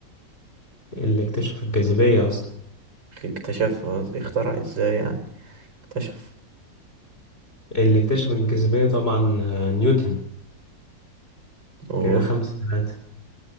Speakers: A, on the left; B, on the right.
A: اللي اكتشف الجاذبية قصدي
B: اكتشفها قصدي اخترع ازاي يعني اكتشف
A: اللي اكتشف الجاذبية طبعا آه، نيوتن
B: اوه
A: كده خمسة ثلاثة